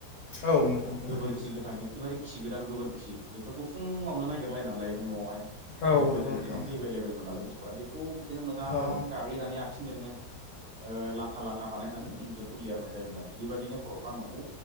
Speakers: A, on the left; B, on the right.
A: औ नोंथां थारैनो
B: गोबोरखि गोथां एखेबारे खि गोदान गोबोरखि बेफोरखौ फुङावनो नायगिरलायनानै लायोमोन न'आवहाय
A: औ
B: गोदो
A: नंगौ नोंथां
B: दिनावथ' एभेलेबेलमोन नालाय मोसौफोरा बेखौ बिदिनो मोजां
A: औ
B: गाग्लिनानै आ थिंजोंनो ओ लाथा लाथा बानायनानै इन्जुरखौ लिरनाय जायोमोन आरो बेबायदिनो बर'फ्रा न'खौ